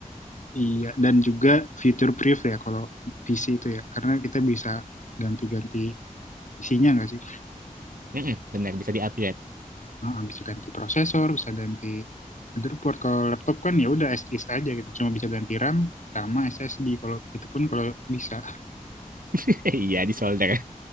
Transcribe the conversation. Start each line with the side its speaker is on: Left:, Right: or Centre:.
Left: Iya, dan juga future proof ya kalau PC itu ya, karena kita bisa ganti-ganti isinya nggak sih?
Right: <laughs> Mm-mm, benar bisa di-upgrade
Left: Heeh, bisa ganti prosesor, bisa ganti motherboard. Kalau laptop kan ya udah SSD aja gitu, cuma bisa ganti RAM sama SSD. Kalau itu pun kalau bisa
Right: <laughs> iya di solder